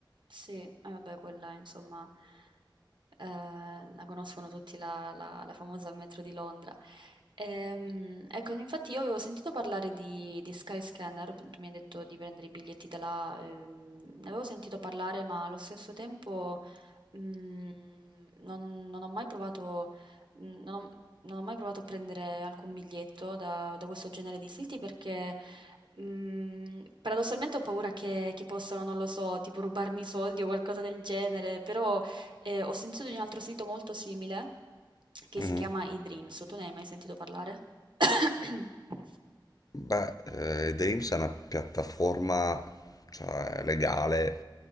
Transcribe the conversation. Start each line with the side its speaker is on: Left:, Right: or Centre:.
Right: Sì, eh vabbè quella insomma eh, la conoscono tutti la, la- la famosa metro di Londra. Ehm, ecco, infatti io avevo sentito parlare di, di Skyscanner, tu mi hai detto di prendere i biglietti da là, ehm, ne avevo sentito parlare, ma allo stesso tempo Mhmm, non non ho mai provato mhmm, non ho non ho mai provato a prendere alcun biglietto da da questo genere di siti perché, mhmm, paradossalmente ho paura che che possano, non lo so, tipo rubarmi i soldi o qualcosa del genere, però, ehm, ho sentito di un altro sito molto simile che
Left: Mhm.
Right: si chiama eDreams. Tu ne hai mai sentito parlare? <coughs>
Left: Beh, eh, Dreams è una piattaforma, cioè, legale